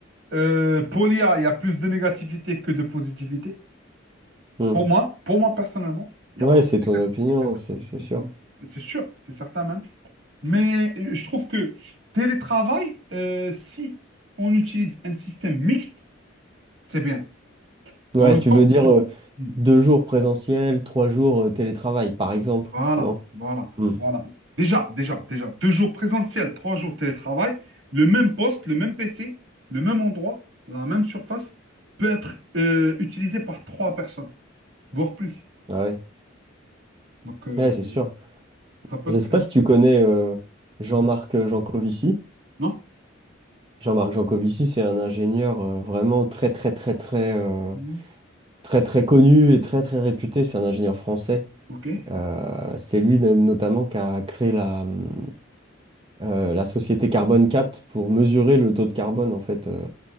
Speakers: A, on the right; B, on the right.
A: Euh, pour l'IA, il y a plus de négativité que de positivité.
B: Mhm.
A: Pour moi, pour moi personnellement, il y
B: Ouais,
A: a plus
B: c'est
A: de négativité
B: ton opinion,
A: que de
B: c'est
A: positivité.
B: c'est sûr.
A: C'est sûr, c'est certain même. Mais euh, je trouve que télétravail, euh, si on utilise un système mixte, c'est bien.
B: Ouais,
A: Dans le
B: tu
A: sens
B: veux dire
A: où...
B: euh,
A: Hmm.
B: deux jours présentiel, trois jours euh, télétravail, par exemple,
A: Voilà,
B: non?
A: voilà,
B: Mm.
A: voilà. Déjà, déjà, déjà, deux jours présentiel, trois jours télétravail, le même poste, le même PC, le même endroit, la même surface peut être euh, utilisé par trois personnes, voire plus.
B: Ah ouais,
A: Donc, euh,
B: ouais, c'est sûr.
A: ça peut
B: Je
A: être
B: sais
A: très
B: pas si
A: utile.
B: tu connais euh, Jean-Marc
A: Hmm.
B: Jancovici.
A: Non?
B: Jean-Marc Jancovici, c'est un ingénieur euh, vraiment très très très très euh,
A: Hmm.
B: très très connu et très très réputé. C'est un ingénieur français.
A: OK.
B: Euh, c'est lui no- notamment qui a créé la, hum, euh, la société Carbone 4 pour mesurer le taux de carbone en fait. euh,